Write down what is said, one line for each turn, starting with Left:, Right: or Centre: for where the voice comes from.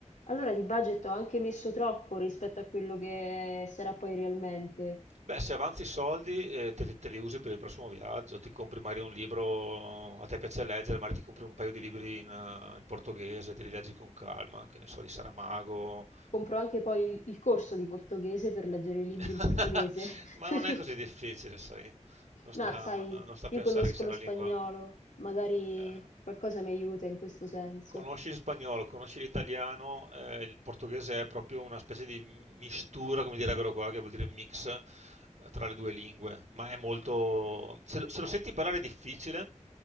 Left: allora di budget ho anche messo troppo rispetto a quello che sarà poi realmente.
Right: Beh, se avanzi i soldi, eh, te li, te li usi per il prossimo viaggio, ti compri magari un libro, a te piace leggere, magari ti compri un paio di libri in, eh, in portoghese, te li leggi con calma, che ne so, di Saramago,
Left: Compro anche poi il corso di portoghese per leggere i libri
Right: <laughs>
Left: in portoghese.
Right: ma
Left: <laughs>
Right: non è così difficile, sai, non sta,
Left: Ma sai,
Right: non sta a pensare
Left: io conosco
Right: che sia
Left: lo
Right: una
Left: spagnolo,
Right: lingua...
Left: magari
Right: eh,
Left: qualcosa mi aiuta in questo senso.
Right: Conosci il spagnolo, conosci l'italiano, eh, il portoghese è proprio una specie di mistura, come direbbero qua, che vuol dire mix eh, tra le due lingue, ma è molto... Se lo, se lo senti parlare è difficile,